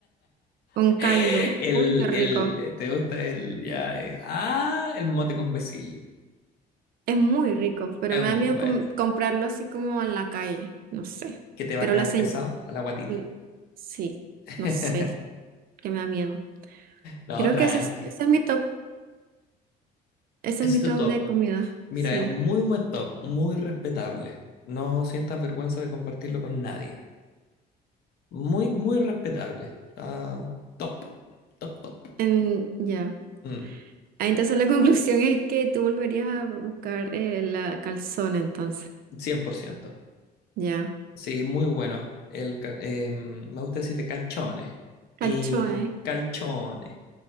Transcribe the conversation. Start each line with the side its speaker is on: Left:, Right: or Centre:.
Right: con
Left: <laughs>
Right: caldo.
Left: El,
Right: Uy, qué rico.
Left: el, ¿te gusta el, ya, eh, ah, el mote con huesillo?
Right: Es muy rico, pero
Left: Es
Right: me
Left: bueno.
Right: da miedo com- comprarlo así como en la calle, no sé.
Left: que te va
Right: Pero
Left: a caer
Right: la señal,
Left: pesado a la guatita.
Right: sí, sí,
Left: <laughs>
Right: no sé, que me da miedo.
Left: no,
Right: Creo
Left: tranqui.
Right: que ese es, ese es mi top Ese
Left: Ese
Right: es mi
Left: es tu
Right: top
Left: top.
Right: de comida,
Left: Mira,
Right: sí.
Left: es un muy buen top, muy respetable. No sientas vergüenza de compartirlo con nadie. Muy, muy respetable. Está top, top, top.
Right: En, ya.
Left: Mm,
Right: Ah, Entonces la <laughs> conclusión es que tú volverías a buscar eh, la calzone, entonces.
Left: cien por ciento
Right: Ya.
Left: Sí, muy bueno. El, ca- em, me gusta decirle calchones y
Right: Calzone.
Left: calchones.